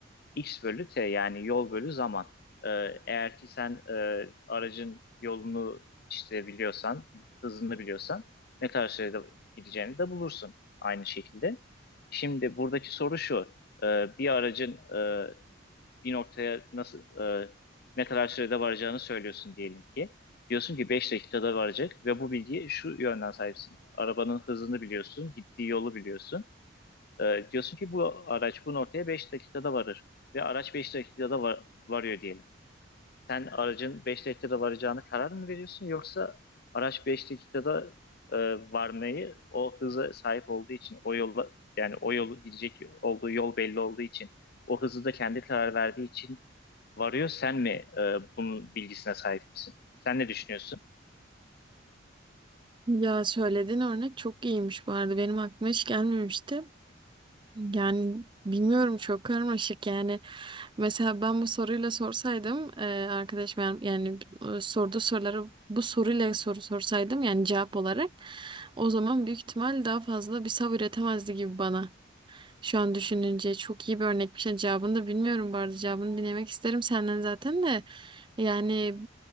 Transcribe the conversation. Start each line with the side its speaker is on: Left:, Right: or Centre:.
Left: x bölü t yani yol bölü zaman. E, eğer ki sen e, aracın yolunu işte biliyorsan, hızını biliyorsan ne kadar sürede gideceğini de bulursun aynı şekilde. Şimdi buradaki soru şu. e, bir aracın e, bir noktaya nasıl e, ne kadar sürede varacağını söylüyorsun diyelim ki. Diyorsun ki 5 dakikada varacak ve bu bilgiye şu yönden sahipsin. Arabanın hızını biliyorsun, gittiği yolu biliyorsun. E, diyorsun ki bu araç bu noktaya 5 dakikada varır ve araç 5 dakikada var- varıyor diyelim. Sen aracın 5 dakikada varacağına karar mı veriyorsun yoksa araç 5 dakikada e, varmayı o hıza sahip olduğu için o yola yani o yolu gidecek olduğu yol belli olduğu için o hızı da kendi karar verdiği için varıyor sen mi e, bunun bilgisine sahipsin? Sen ne düşünüyorsun?
Right: Ya söylediğin örnek çok iyiymiş bu arada. Benim aklıma hiç gelmemişti. Yani bilmiyorum çok karmaşık yani. Mesela ben bu soruyla sorsaydım e, arkadaşım yani, yani e, sorduğu soruları bu soruyla soru sorsaydım yani cevap olarak o zaman büyük ihtimal daha fazla bir sav üretemezdi gibi bana. Şu an düşününce çok iyi bir örnekmiş. Yani Cevabını da bilmiyorum bu arada. Cevabını dinlemek isterim senden zaten de. Yani